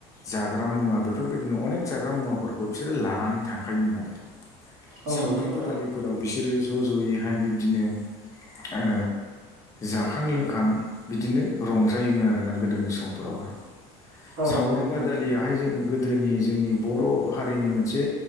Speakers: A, on the left; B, on the right.
A: जाग्रा मुवा बेफोरबायदिनो अनेक जाग्रा मुवाफोरखौ बिसोरो लानानै थाङो खायोमोन आरो
B: औ
A: सावरि
B: नंगौ नोंथां
A: बादालिफोराव बिसोरो ज' ज' जयैहाय बिब्दिनो ओ जाखां लोंखां बिदिनो रंजायोमोन आरोना गोदोनि समफोरावहाय
B: औ
A: सावरि
B: नंगौ नोंथां
A: बादालियाहाय जों गोदोनि जोंनि बर' हारिनि मोनसे